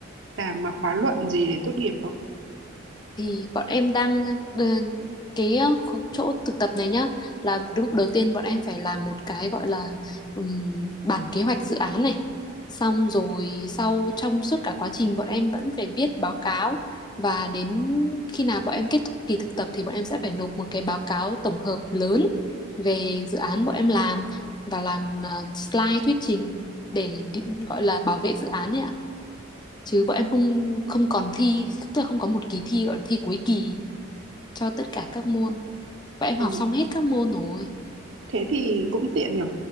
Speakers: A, on the right (about 65°); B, on the left (about 20°).
A: làm mà khóa luận gì để tốt nghiệp không?
B: thì bọn em đang ờ, cái khu- chỗ thực tập này nhá là đúng lúc đầu tiên bọn em phải làm một cái gọi là ừm, bản kế hoạch dự án này xong rồi sau trong suốt cả quá trình bọn em vẫn phải viết báo cáo và đến khi nào bọn em kết thúc kỳ thực tập thì bọn em sẽ phải nộp một cái báo cáo tổng hợp lớn về dự án bọn em làm và làm ờ, slide thuyết trình để định- gọi là bảo vệ dự án nhé chứ bọn em không không còn thi tức là không có một kỳ thi gọi là thi cuối kỳ cho tất cả các môn bọn em
A: À,
B: học xong hết các môn rồi
A: thế thì cũng tiện nhở